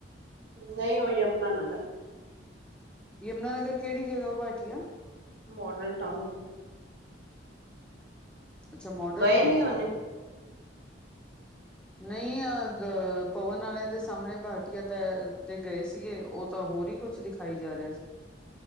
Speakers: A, on the right; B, in the centre.
A: ਨਹੀਂ ਉਹ ਯਮੁਨਾਾਨਗਰ
B: ਯਮੁਨਾਨਗ ਕਿਹੜੀ ਜਗ੍ਹਾ ਉ ਬਠੀਆ
A: ਮਾਡਲ ਟਾਊਨ ਤੇ
B: ਅੱਛਾ ਮੋਡਲ
A: ਗਏ
B: ਟਾਊਨ
A: ਨੀ ਉਹਨੇ
B: ਨਹੀਂ ਅ ਪਵਨ ਵਾਲਿਆਂ ਦੇ ਸਾਹਮਣੇ ਬਾਟੀਆ ਟ ਦੇ ਗਏ ਸੀਗੇ ਉਹ ਤਾਂ ਹੋਰ ਹੀ ਕੁਛ ਦਿਖਾਈ ਜਾ ਰਿਹਾ ਸੀ